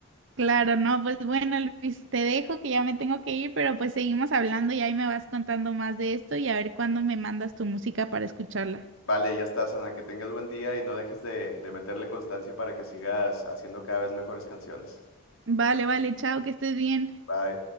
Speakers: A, on the right; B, on the left.
A: Claro, no, pues bueno, Luis, te dejo que ya me tengo que ir, pero pues seguimos hablando y ahí me vas contando más de esto y a ver cuándo me mandas tu música para escucharla.
B: Vale, ya estás, Ana, que tengas buen día y no dejes de, de meterle constancia para que sigas haciendo cada vez mejores canciones.
A: Vale, vale, chao, que estés bien.
B: Bye.